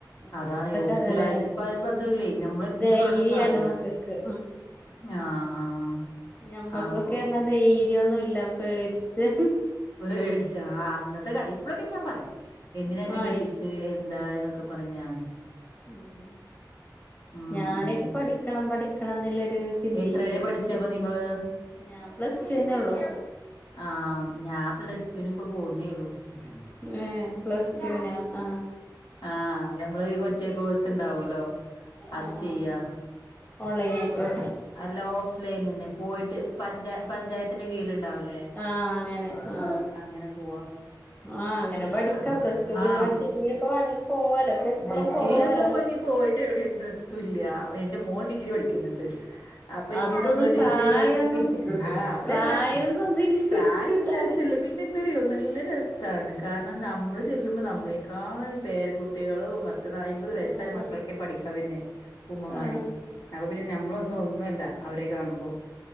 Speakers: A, on the left; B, on the left.
A: അങ്ങനത്തെ
B: അതാണയ് ഓൽക്ക്
A: കാലാണ്
B: ള്ളായി ഇപ്പ ഇപ്പഅതുല്ലേയ് നമ്മള് എന്ത്
A: ധൈര്യാണ്
B: പറഞ്ഞിട്ടും കാര്യല്ല
A: മക്കൾക്ക്
B: ഞ്ഞാ ആഹ് ആഹ്
A: ഞമ്മക്കൊക്കെർഞ്ഞ
B: അപ്പൊ
A: ദെയ്ര്യോന്നില്ല പേട്ച്ച്
B: പേട്ച്ച് ആ അന്നത്തെ കലയ് ഇപ്പള് ഇപ്പ ഞാൻ പറയും എന്തിനാ ഇന്നെ
A: ആയി
B: കെട്ടിച്ച് എന്തായി ന്നൊക്കെ പറിം ഞാന്
A: ഉം
B: ഉം
A: ഞാനക്കെ
B: ഉം
A: പഠിക്കണം പഠിക്കണംന്ന്ല്ലൊര് ചിന്തീലേയ്നു
B: എത്ര വരെ പഠിച്ചേ അപ്പൊ നിങ്ങള്
A: ഞാൻ പ്ലസ് റ്റു ന്നെള്ളൂ
B: ആ ഞാൻ പ്ലെസ്റ്റുന് ഇപ്പ പോവുന്നേ ഉള്ളൂ
A: ഏ പ്ലസ് ടുവിനോ ആ
B: ആ നമ്മളെ ഈ മറ്റേ കോഴ്സ്ണ്ടാവുല്ലോ അത്
A: ആ
B: ചെയ്യാ
A: ആ ഓൺലൈൻ ആയിറ്റോ
B: അല്ല ഓഫ് ലൈനന്നെ പോയിട്ട് പഞ്ച പഞ്ചായത്തിന്റെ കീഴ്ല്ണ്ടാവ് ലേ
A: ആ അങ്ങനെ ആ
B: അങ്ങനെ പോവാ
A: ആ അങ്ങനെ പഠിക്കാ
B: ആ
A: പ്ലസ് ടു പിന്നെ
B: ആഹ്
A: ഡിഗ്രി ഒക്കെ വേണങ്കി പോവാലോ ഇപ്പൊ എപ്പളും
B: ഡിഗ്രി
A: പോവാലോ
B: ഒന്നും ഇപ്പ നീ പോയിട്ട് എവിടെയൊന്നും എത്തൂല്ല എന്റെ മോൻ ഡിഗ് ഡിഗ്രി പഠിക്കുന്നുണ്ട് അപ്പ ഇനി
A: അതൊന്നും
B: നമ്മള് ഡിഗ്രി
A: പ്രായൊന്നും
B: പഠിക്കില്ല്യേ ആ അതല്ല
A: പ്രായൊന്നും അതിന്
B: പ്രായൊന്നും
A: തട
B: തികച്ചില്ല പിന്നെന്താറിയോ നല്ല രസാണ് കാരണം നമ്മള് ചെല്ലുമ്പോ നമ്മളേക്കാഴും പേരകുട് ക്കളും മത്ത് അയ്മ്പത് വയസ്സായ
A: ആ
B: മക്കളൊക്കെ പഠിക്കാൻ വര്നെ ഉമ്മമാര്
A: ആ
B: അപ്പൊ പിന്നെ നമ്മളൊന്നും ഒന്നുംല്ല അവരെക്കെ കാണുമ്പോ